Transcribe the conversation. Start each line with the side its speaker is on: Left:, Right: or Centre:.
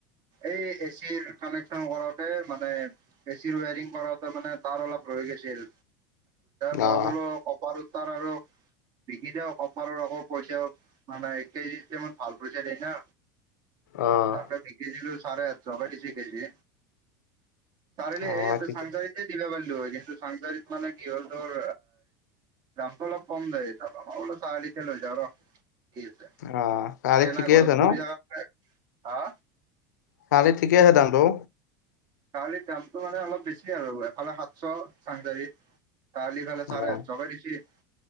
Right: এই এচিৰ কানেকচন কৰাওতে মানে এচিৰ ৱাৰিং কৰোতে মানে তাঁৰ অলপ ৰয় গেছিল, মই
Left: অ',
Right: বোলো কপাৰৰ তাঁৰ আৰু বিকি দিয়ক। কপাৰৰ আকৌ পইচা মানে <unintelligible> ভাল পইচা দিয়ে না।
Left: অ',
Right: তাকে বিক্ৰী দিলো, চাৰে আঠশকে দিছি কেজি। চাৰিআলি
Left: অ',
Right: এই
Left: ঠিকে
Right: চাংচাৰিতে দিবা পাৰিলো হয়। কিন্তু চাংচাৰিত মানে কি'হল তোৰ দামটো অলপ কম দায় তাৰ পৰা। মই বোলো চাৰিআলিকে লৈ যাওঁ ৰ! ঠিক আছে
Left: অ', চাৰে
Right: এনে
Left: ঠিকে
Right: ঘৰত
Left: আছে ন?
Right: পৰি থকাতকে। হা?
Left: চাৰিআলিত ঠিকে আছে দামটো।
Right: চাৰিআলিত দামটো মানে অলপ বেছি আৰু, এফালে সাতশ চাংচাৰিত। চাৰআলি ফালে চাৰে
Left: অ',
Right: আঠশকে দিছে।